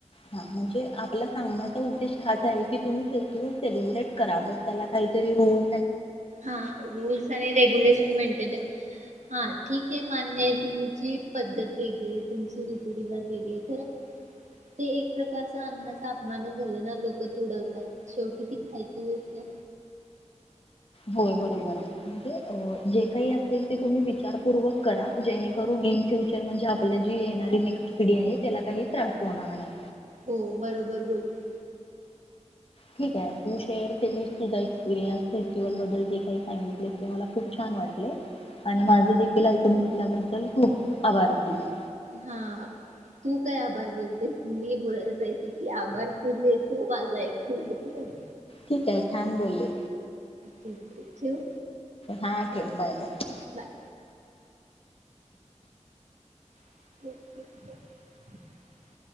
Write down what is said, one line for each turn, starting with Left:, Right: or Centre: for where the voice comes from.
Left: हा म्हणजे आपला सांगण्याचा उद्देश हाच आहे की तुम्ही फेस्टिवल सेलिब्रेट करा ब त्याला काहीतरी रुल
Right: हा रूल्स आणि रेग्युलेशन मेंटेन हा ठीक आहे मान्य आहे तुमची पद्धत वेगळी आहे तुमची रीतीरिवाज वेगळे खरं ते एक प्रकारचा अन्नाचा अपमानच झालं ना लोक त तूडवतात शेवटी ती खायची गोष्टय.
Left: होय बरोबर आहे म्हणजे जे काही असेल ते तुम्ही विचारपूर्वक करा जेणेकरून इन फ्युचर म्हणजे आपली जी येणारी नेक्स्ट पिढी आहे त्याला काही त्रास होणार नाही.
Right: हो बरोबर बोलली
Left: ठीक आहे तू शेअर केलीस तुझा एक्सपीरीयन्स फस्टिवल बद्दल जे काही सांगितले ते मला खूप छान वाटले आणि माझ देखील ऐकून घेतल्याबद्दल खूप आभार तुझे.
Right: हा तू काय आभार बोलतेस मी बोलातते की आभार तुझे तू माझा ऐक घेतलस
Left: ठीक आहे छान बोलले
Right: ठीके ठेऊ
Left: हा ठेव बाय बाय
Right: बाय <inaudible>